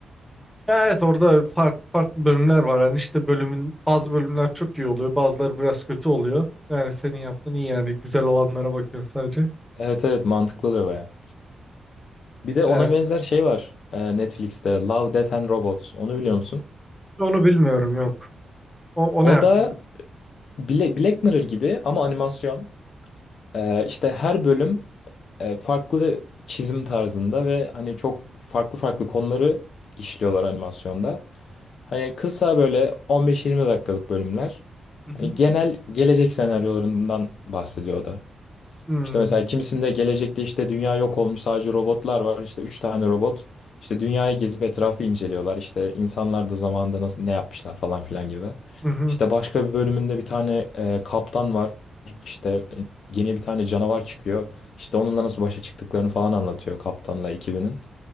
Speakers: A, in the centre; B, on the left (about 55°).
A: Ya evet orada farklı farklı bölümler var. Hani işte bölümün bazı bölümler çok iyi oluyor. Bazıları biraz kötü oluyor. Yani senin yaptığın iyi yani. Güzel olanlara bakıyorum sadece.
B: Evet evet mantıklı oluyor baya. Bir de
A: Yani
B: ona benzer şey var e, Netflix'te Love, Death and Robots. Onu biliyor musun?
A: onu bilmiyorum yok. O, o
B: O
A: ne hakkında?
B: da Bla- Black Mirror gibi ama animasyon. Ee, işte her bölüm e, farklı çizim tarzında ve hani çok farklı farklı konuları işliyorlar animasyonda. Hani kısa böyle 15-20 dakikalık bölümler.
A: Hı hı.
B: Hani genel gelecek senaryolarından bahsediyor o da.
A: Hmm,
B: İşte mesela kimisinde gelecekte işte dünya yok olmuş sadece robotlar var. İşte üç tane robot işte dünyayı gezip etrafı inceliyorlar. İşte insanlar da zamanında nasıl ne yapmışlar falan filan gibi.
A: hı hı.
B: İşte başka bir bölümünde bir tane e, kaptan var. İşte e, gemiye bir tane canavar çıkıyor. İşte onunla nasıl başa çıktıklarını falan anlatıyor kaptanla ekibinin.